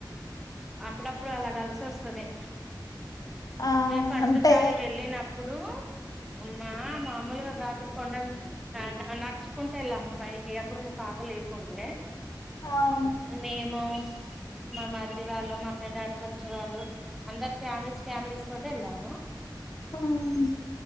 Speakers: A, in the centre; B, on the left.
A: అప్పుడప్పుడు అలా కలిసివస్తది
B: ఆ
A: మేం ఫస్ట్
B: అంటే
A: సారి వెళ్ళినప్పుడు మా మాములుగ గాదు కొండ నడుచుకుంటేళ్ళాము పైకి అప్పుడు మా పాపలేదు కుండే
B: అవును
A: మేము మా మరిది వాళ్ళు మా పెద్ద ఆడపడ్చు వాళ్ళు అందరు ఫ్యామిలీస్ ఫ్యామిలీస్ తోటి వెళ్ళాము
B: అమ్